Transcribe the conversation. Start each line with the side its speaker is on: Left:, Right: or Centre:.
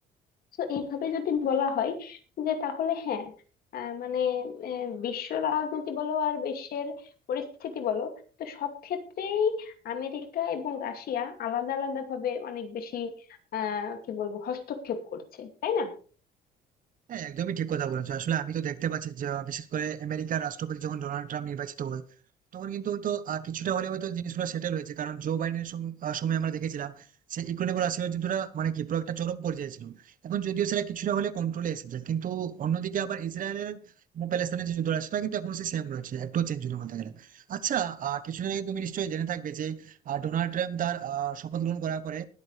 Left: তো এইভাবে যদি বলা হয় যে তাহলে হ্যাঁ আহ, মানে আহ, বিশ্ব রাজনীতি বলো আর বিশ্বের পরিস্থিতি বলো তো সব ক্ষেত্রেই আমেরিকা এবং রাশিয়া আলাদা আলাদা ভাবে অনেক বেশি আহ কি বলবো হস্তক্ষেপ করছে তাই না
Right: হ্যাঁ একদমই ঠিক কথা বলেছো আসলে আমি তো দেখতে পাচ্ছি যে আহ, বিশেষ করে আমেরিকার রাষ্ট্রপতি যখন ডোনাল্ড ট্রাম্প নির্বাচিত হয় তখন কিন্তু হয়তো আহ, কিছুটা হলে হয়তো জিনিসগুলো সেটেল হয়েছে কারণ জো বাইডেনের সম- আহ, সময় আমরা দেখেছিলাম সে ইকোনমিক রাশিয়ার যুদ্ধটা মানে কি পুরো একটা চরম পর্যায়ে ছিল এখন যদিও সেটা কিছুটা হলে কন্ট্রোলে এসেছে কিন্তু অন্যদিকে আবার ইসরায়েলের এবং প্যালেস্তাইনের যে যুদ্ধটা সেটা কিন্তু এখন সেম রয়েছে একটু চেঞ্জ হয়নি বলতে গেলে আচ্ছা আহ, কিছুদিন আগে তুমি নিশ্চয়ই জেনে থাকবে যে আহ, ডোনাল্ড ট্রাম্প তার আহ, শপথ গ্রহণ করার পরে